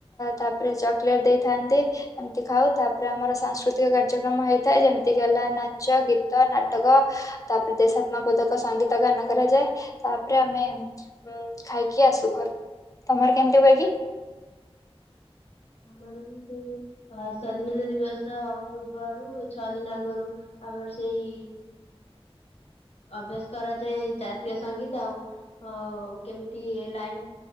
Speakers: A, on the left; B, on the left.
A: ତାପରେ, ଚକୋଲେଟ ଦେଇଥାନ୍ତି। ଏମତି ଖାଉ। ତାପରେ, ଆମର ସାଂସ୍କୃତିକ କାର୍ଯ୍ୟକ୍ରମ ହେଇଥାଏ। ଯେମିତିକି ହେଲା ନାଚ, ଗୀତ, ନାଟକ। ତାପରେ, ଦେଶାତ୍ମବୋଧକ ସଙ୍ଗୀତ ଗାନ କରାଯାଏ। ତାପରେ, ଆମେ ଉ ଖାଇକି ଆସୁ। ତମର କେମିତି ହୁ ଏ କି?
B: ହୁଁ। ସ୍ଵାଧୀନତା ଦିବସ ପୂର୍ବରୁ ଛଅ ଦିନ ଆଗରୁ। ଆମର ସେଇ। ଅଭ୍ୟାସ କରାଯାଏ ଜାତୀୟ ସଙ୍ଗୀତ। ଆଉ ଅ କେମିତି? ଲାଇନ୍